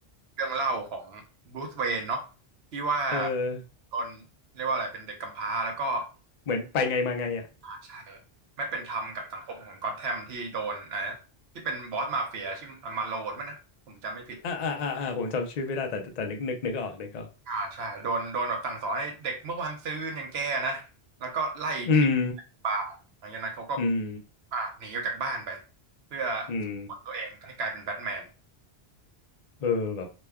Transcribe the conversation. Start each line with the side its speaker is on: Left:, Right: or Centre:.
Right: เรื่องเล่าของบรูซเวย์นเนาะที่ว่า
Left: เออ
Right: โดนเรียกว่าอะไรเป็นเด็กกำพร้าแล้วก็
Left: เหมือนไปไงมาไงอะ
Right: อ่าใช่ไม่เป็นธรรมกับสังคมของก็อ t แ m มที่โดนนะที่เป็นบอสมาเฟียชื่อมาโลนมั้ยนะผมจำไม่ผิด
Left: อ่าอ่าอ่าอ่าผมจำชื่อไม่ได้แต่แต่แต่นึกนึกนึกออกนึกออก
Right: อ่าใช่โดนโดนแบบสั่งสอนให้เด็กเมื่อวานซืนอย่างแกนะแล้วก็ไล่ทิ้งไล่ป่าหลังจากนั้นเขาก็
Left: อืมอืม
Right: อ่าหนีออกจากบ้านไปเพื่อฝึกฝนตัวเองให้กลายเป็นแบทแมน
Left: อืมเออแบบ